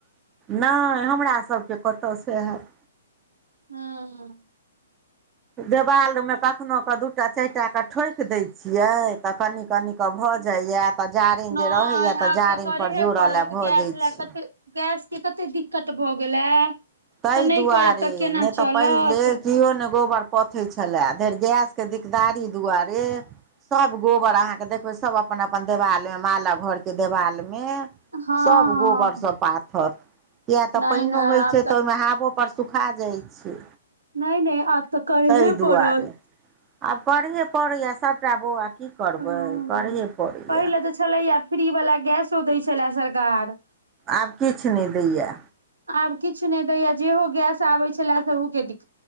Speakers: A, on the right; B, on the right.
A: नहि हमरा सबके कतऽसँ होैत।
B: हँ ह।
A: देवालमे कखनो क दूटा चारिटाके ठोकि दै छियै। तऽ कनि कनि क भऽ जाइया तऽ जारिन
B: नहि
A: जे रहैया तऽ
B: आब
A: जारिन
B: करेहे
A: पर जोड़ल
B: पड़त
A: ल भऽ
B: गैस
A: जाइत
B: लए
A: छी।
B: कते गैस के कतेक दिक्कत भऽ गेलै।
A: ताहि
B: तऽ नहि
A: दुआरे
B: करब तऽ केना
A: नहि
B: चलत
A: तऽ पहिले। केओ ने गोबर पोथै छलएरि गैसके दिकदारी दुआरे। सब गोबर अहाँके देखबै सब अपन अपन देवाल मे मालक घर के देवाल मे।
B: हँ
A: सभ गोबरसँ पाथत किया तऽ
B: नहि
A: पाइनो
B: नहि
A: होइत
B: आब तऽ
A: छै। हाबो पर सुखा जाइ छै।
B: नहि नहि आब तऽ करहे
A: ताहि दुआरे
B: पड़त।
A: आब करहे पड़ैए सभटा बौआ की करबै
B: हँ
A: करहे पड़ैए।
B: पहिले तऽ छलैया फ्री वला गैसो दै छलै सरकार।
A: आब किछु नहि दैए।
B: आब किछु नहि दैया जेहो गैस आबे छलए सहू के दिक्क।